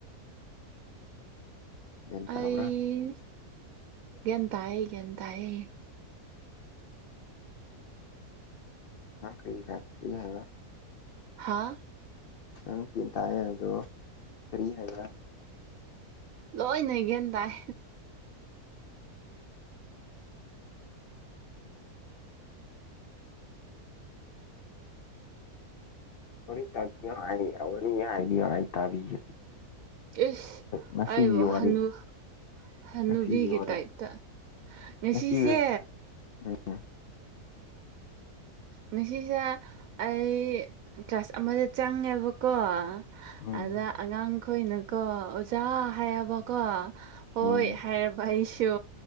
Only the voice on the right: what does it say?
ꯑꯩ ꯒ꯭ꯌꯥꯟ ꯇꯥꯏꯌꯦ ꯒ꯭ꯌꯥꯟ ꯇꯥꯥꯏꯌꯦ
ꯍꯥꯥ
ꯂꯣꯏꯅ ꯒ꯭ꯌꯥꯟ ꯇꯥꯏ
ꯏꯁ
ꯑꯩꯕꯨ
ꯍꯟꯅꯨ ꯍꯟꯅꯨꯕꯤꯒꯤ
ꯇꯥꯏꯞꯇ ꯉꯁꯤꯁꯦ
ꯉꯁꯤꯁꯦ ꯑꯩ ꯀ꯭ꯂꯥꯁ ꯑꯃꯗ ꯆꯪꯉꯦꯕꯀꯣ
ꯑꯗ ꯑꯉꯥꯡꯈꯣꯏꯅꯀꯣ ꯑꯣꯖꯥ ꯍꯥꯏꯕꯀꯣ ꯍꯣꯏ
ꯍꯥꯏꯔꯕ ꯑꯩꯁꯨ